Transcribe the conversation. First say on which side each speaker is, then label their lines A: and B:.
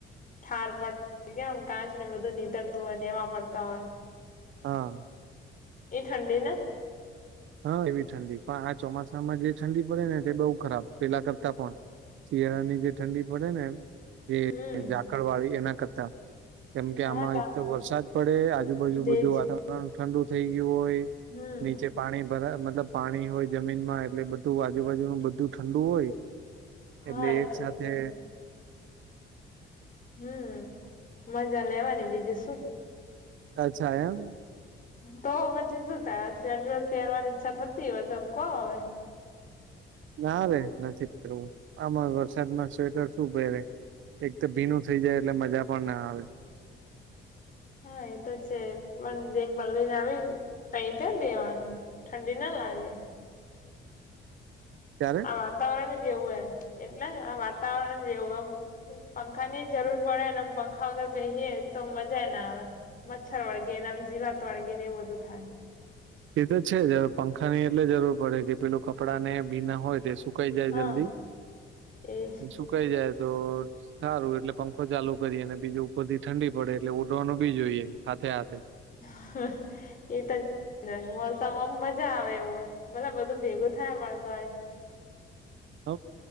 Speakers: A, on the left; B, on the right.
A: ઠાર પડ કેમ આમ કાચ ને બધું નીતરતું હોય નેવા પડતા હોય.
B: હા
A: એ ઠંડી ને?
B: હા એવી ઠંડી. પણ આ ચોમાસામાં જે ઠંડી પડે ને તે બઉુ ખરાબ પેલા કરતા પણ. શિયાળાની જે ઠંડી પડે ને જે
A: હમ
B: ઝાકળ વાળી એના કરતા. કેમ કે આમાં
A: હા તા
B: એક તો વરસાદ પડે, આજુબાજુ
A: ભેજ
B: બધું વાતાવરણ ઠંડુ થઇ ગયું હોય.
A: હમ
B: નીચે પાણી ભરા મતલબ પાણી હોય જમીન માં એટલે બધું આજુબાજુનું બધું ઠંડુ હોય.
A: હા
B: એટલે
A: એ
B: એક
A: તો
B: સાથે
A: છે હમ મજા લેવાની બીજું શું.
B: અચ્છા એમ.
A: તો પછી શું થાય. હવે સ્વેટર પહેરવાની ઈચ્છા થતી હોય તો કો હવે.
B: ના રે નથી પહેરવું આમાં વરસાદમાં સ્વેટર શું પહેરે. એક તો ભીનું થઈ જાય એટલે મજા પણ ના આવે.
A: હા એ તો છે પણ જેમ પલવીને આવેને તઈ પેર દેવાનું ઠંડી ના લાગે.
B: ત્યારે
A: આ વાતાવરણ જેવું હ. એટલે આ વાતાવરણ જેવું એમ. પંખા ની જરૂર પડે ને પંખા વગર બેસીએ તો મજા ના આવે. મચ્છર વળગેને આમ, જીવાત વળગે ને એવું બધું થાય.
B: એ તો છે જ હવે પંખાની એટલે જરૂર પડે કે પેલું કપડાં ને ભીના હોય તે સુ સુકાઈ જાય
A: હા
B: જલ્દી,
A: એજ
B: અન સુકાઈ જાય તો સારું. એટલે પંખો ચાલુ કરીએ અને બીજું ઉપરથી ઠંડી પડે એટલે ઓઢવાનુ બી જોઈએ. હાથે હાથે.
A: <inaudible> એ તો <unintelligible> મોસમ આમ મજા આવે એવું હોય. ભલે બધું ભેગું થાય પણ તોય.
B: હ